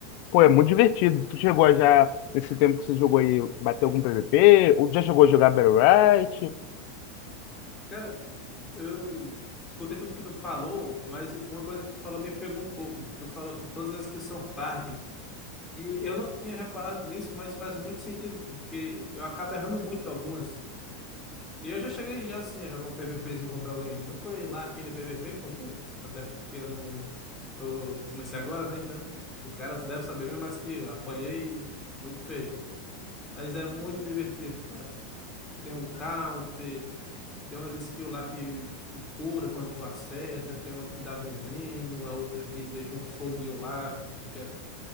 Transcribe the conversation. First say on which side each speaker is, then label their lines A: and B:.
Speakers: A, on the left; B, on the left.
A: Pô, é muito divertido. Tu chegou a já, nesse tempo que você jogou aí, bater algum PVP? Ou já chegou a jogar Battle Royale?
B: Cara, eu escutei tudo que tu falou, mas uma coisa que tu falou me pegou um pouco, que tu falou de todas as que são target. E eu não tinha reparado nisso, mas faz muito sentido, porque eu acabo errando muito algumas. E eu já cheguei já assim a jogar um PVPzinho contra alguém. Não foi lá aquele PVP, porque, até porque eu não tô, comecei agora, né? Então, o cara deve saber mesmo, mas que eu apanhei muito feio. Mas é muito divertido, cara. Tem o counter, tem umas skills lá que tu cura quando tu acerta, tem uma que dá veneno, a outra que deixa um foguinho lá, que fica